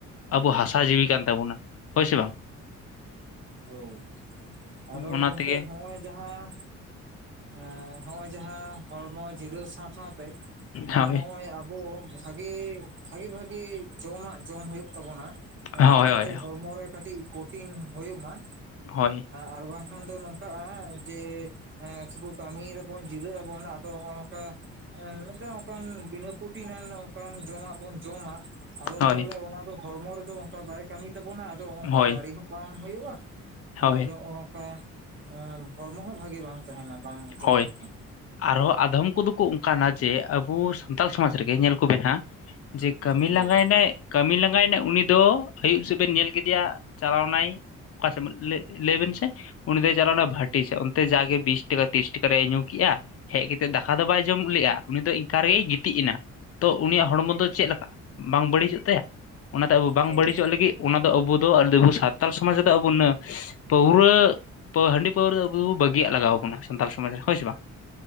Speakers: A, on the right; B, on the left.
A: ᱦᱳᱭ
B: ᱟᱵᱚ ᱦᱟᱥᱟ ᱡᱤᱣᱤ ᱠᱟᱱ ᱛᱟᱵᱚᱱᱟ ᱦᱳᱭ ᱥᱮ ᱵᱟᱝ?
A: ᱦᱳᱭ, ᱟᱫᱚ
B: ᱚᱱᱟ
A: ᱜᱚᱢᱠᱮ
B: ᱛᱮᱜᱮ
A: ᱱᱚᱜ-ᱚᱭ ᱡᱟᱦᱟᱸ ᱮᱸ ᱱᱚᱸᱜᱼᱚᱭ ᱡᱟᱦᱟ ᱦᱚᱲᱢᱚ ᱡᱤᱨᱟᱹᱣ ᱥᱟᱶ ᱥᱟᱶᱛᱮ ᱟᱨ
B: ᱦᱳᱭ
A: ᱦᱚᱸᱜ-ᱚᱭ ᱟᱵᱚ ᱵᱷᱟᱜᱤ, ᱵᱷᱟᱜᱤ ᱵᱷᱟᱜᱤ ᱡᱚᱢᱟᱜ ᱡᱚᱢ ᱦᱩᱭᱩᱜ ᱛᱟᱵᱚᱱᱟ
B: ᱦᱳᱭ
A: ᱮᱸ ᱡᱟᱛᱮ
B: ᱦᱳᱭ
A: ᱦᱚᱲᱢᱚ ᱨᱮ ᱠᱟᱹᱴᱤᱡ ᱯᱨᱚᱴᱤᱱ ᱦᱩᱭᱩᱜ ᱢᱟ
B: ᱦᱳᱭ
A: ᱟᱨ ᱵᱟᱝᱠᱷᱟᱱ ᱫᱚ ᱱᱚᱝᱠᱟᱜ-ᱟ ᱡᱮ ᱮᱸ ᱥᱩᱫᱷᱩ ᱠᱟᱹᱢᱤᱭ ᱫᱟᱵᱚᱱ ᱡᱤᱨᱟᱹᱜ ᱟᱵᱚᱱ ᱟᱫᱚ ᱱᱚᱜ-ᱚ ᱱᱚᱝᱠᱟ ᱮᱸ ᱢᱤᱫᱴᱟᱝ ᱚᱱᱠᱟᱱ ᱵᱤᱱᱟᱹ ᱯᱨᱚᱴᱤᱱᱟᱜ ᱚᱱᱠᱟᱱ ᱡᱚᱢᱟᱜ ᱵᱚᱱ ᱡᱚᱢᱟ ᱟᱫᱚ
B: ᱦᱳᱭ
A: ᱛᱟᱦᱚᱞᱮ ᱚᱱᱟ ᱫᱚ ᱦᱚᱲᱢᱚ ᱨᱮᱫᱚ ᱚᱱᱠᱟ ᱵᱟᱭ ᱠᱟᱹᱢᱤ ᱛᱟᱵᱚᱱᱟ ᱟᱫᱚ ᱚᱱᱠᱟ
B: ᱦᱳᱭ
A: ᱫᱟᱲᱮ ᱦᱚᱸ ᱵᱟᱝ ᱦᱩᱭᱩᱜ-ᱟ
B: ᱦᱳᱭ
A: ᱟᱨ ᱱᱚᱜ-ᱱᱚᱝᱠᱟ ᱮ ᱦᱚᱲᱢᱚ ᱦᱚᱸ ᱵᱷᱟᱜᱤ ᱵᱟᱝ ᱛᱟᱦᱮᱱᱟ ᱵᱟᱝ ᱡᱚᱢ
B: ᱦᱳᱭ
A: ᱞᱮᱠᱷᱟᱱ᱾
B: ᱟᱨᱦᱚᱸ ᱟᱫᱚᱢ ᱠᱚᱫᱚ ᱠᱚ ᱚᱱᱠᱟᱱᱟ ᱡᱮ, ᱟᱵᱚ ᱥᱟᱱᱛᱟᱞ ᱥᱚᱢᱟᱡᱽ ᱨᱮᱜᱮ ᱧᱮᱞ ᱠᱚᱵᱤᱱ ᱦᱟᱸᱜ ᱡᱮ ᱠᱟᱹᱢᱤ
A: ᱦᱳᱭ
B: ᱞᱟᱸᱜᱟᱭᱱᱟᱭ, ᱠᱟᱹᱢᱤ ᱞᱟᱸᱜᱟᱭᱱᱟᱭ ᱩᱱᱤ ᱫᱚ ᱟᱭᱩᱵ ᱥᱮᱜ ᱵᱤᱱ ᱧᱮᱞ ᱠᱮᱫᱮᱭᱟ ᱪᱟᱞᱟᱣᱱᱟᱭ ᱚᱠᱟ ᱥᱮᱜ ᱢᱟ ᱞᱮ-ᱞᱮᱭᱵᱮᱱ ᱥᱮ ᱩᱱᱤ ᱫᱚᱭ ᱪᱟᱞᱟᱣᱱᱟ ᱵᱷᱟᱴᱤ ᱥᱮᱜ ᱚᱱᱛᱮ ᱡᱟᱜᱮ ᱵᱤᱥ ᱴᱟᱠᱟ ᱵᱤᱥ ᱴᱟᱠᱟ ᱨᱮᱭᱟᱜ ᱮ ᱧᱩ ᱠᱮᱜ-ᱟ, ᱦᱮᱡ ᱠᱟᱛᱮᱜ ᱫᱟᱠᱟ ᱫᱚ ᱵᱟᱭ ᱡᱚᱢ ᱞᱮᱜ-ᱟ ᱩᱱᱤ ᱫᱚ ᱤᱱᱠᱟ ᱨᱮᱜᱮᱭ ᱜᱤᱛᱤᱡ ᱮᱱᱟ᱾ ᱛᱚ ᱩᱱᱤᱭᱟᱜ ᱦᱚᱲᱢᱚ ᱫᱚ ᱪᱮᱫ ᱞᱮᱠᱟ-ᱟ ᱵᱟᱝ ᱵᱟᱹᱲᱤᱡᱚᱜ ᱛᱟᱭᱟ? ᱚᱱᱟᱛᱮ ᱟᱵᱚ ᱵᱟᱝ
A: ᱦᱳᱭ
B: ᱵᱟᱹᱲᱤᱡᱚᱜ ᱞᱟᱹᱜᱤᱫ ᱚᱱᱟ ᱫᱚ ᱟᱵᱚ ᱫᱚ ᱟᱵᱚ ᱥᱟᱱᱛᱟᱞ ᱥᱚᱢᱟᱡ ᱨᱮᱫᱚ ᱟᱵᱚᱱᱟᱜ ᱯᱟᱹᱣᱨᱟᱹ‌ ᱦᱟᱺᱰᱤ ᱯᱟᱹᱣᱨᱟᱹ ᱟᱵᱚ ᱫᱚ ᱵᱟᱹᱜᱤᱭᱟᱜ ᱞᱟᱜᱟᱣ ᱟᱵᱚᱱᱟ ᱥᱟᱱᱛᱟᱲ ᱥᱚᱢᱟᱡᱽ ᱨᱮ ᱦᱳᱭ ᱥᱮ ᱵᱟᱝ?